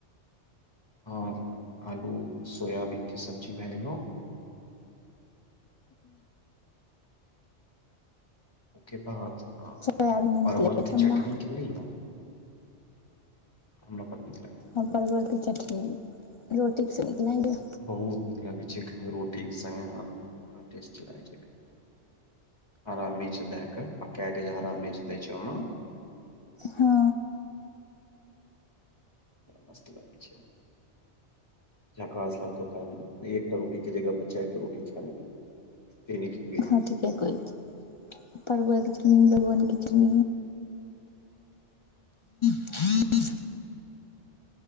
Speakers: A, on the left; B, on the left.
A: और आलू सोयाबीन के सब्जी भे गेलौ। ओ के भात आ
B: सोयाबीन नहि
A: परवल
B: निकलै छै
A: के चटनी
B: हमरा
A: लिही न, हम्रा बड नीक ले
B: हँ परवल के चटनी, रोटीक संग दिलाए द।
A: बहुत निक लागैत छै खै में रोटीक संगे हँ, बड़ा टेस्ट लागैत छैक। अरा मिर्च दे क पके के जे हरा मिर्च दय छ ओ मॅ
B: हँ
A: बड़ा मस्त लागै छै। झकास लागतौ खाय में, एकटा रोटी के जगह पर चैर टा रोटी खे लेबी। एहे नीख
B: हँ ठीके कहै छी, परवल किच <inaudible> किच न <unintelligible>